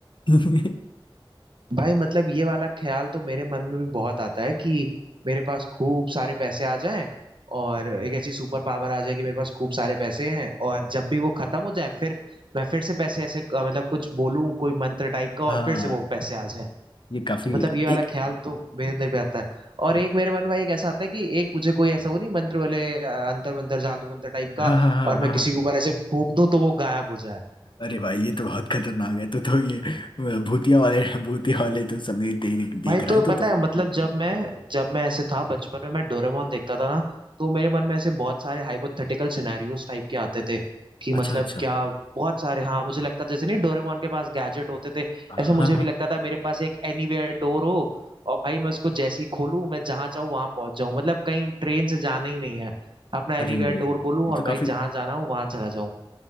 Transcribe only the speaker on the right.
भाई मतलब ये वाला ख्याल तो मेरे मन में भी बहुत आता है कि मेरे पास खूब सारे पैसे आ जाएं और एक ऐसी सुपर पावर आ जाए कि मेरे पास खूब सारे पैसे हैं और जब भी वो खत्म हो जाए फिर मैं फिर से पैसे ऐसे अ, मतलब कुछ बोलूं कोई मंत्र टाइप का और
फिर से वो पैसे आ जाएं
तो मतलब ये वाला
ख्याल तो मेरे अंदर भी आता है और
एक मेरे मन में भाई एक ऐसा आता है कि एक मुझे कोई ऐसा वो नहीं मंत्र वाले अ, अंतर मंत्र जादू मंत्र टाइप का
और मैं
किसी
के ऊपर ऐसे फूंक दूं तो वो गायब हो जाए
भाई
तो
पता
है मतलब जब मैं जब मैं ऐसे था बचपन में मैं डोरेमोन देखता था ना तो मेरे मन में ऐसे बहुत सारे हाइपोथेटिकल सिनेरियोस टाइप के आते थे कि
मतलब
क्या बहुत सारे हाँ मुझे लगता जैसे नहीं डोरेमोन के पास गैजेट होते थे
ऐसे मुझे
भी लगता था मेरे पास एक एनीवेयर डोर हो और भाई मैं उसको जैसे ही खोलूं मैं जहां चाहूँ वहां पहुंच जाऊं मतलब कहीं ट्रेन से जाना ही नहीं है अपना एनीवेयर
डोर खोलूं और
भाई
जहां जाना हो वहां चला जाऊं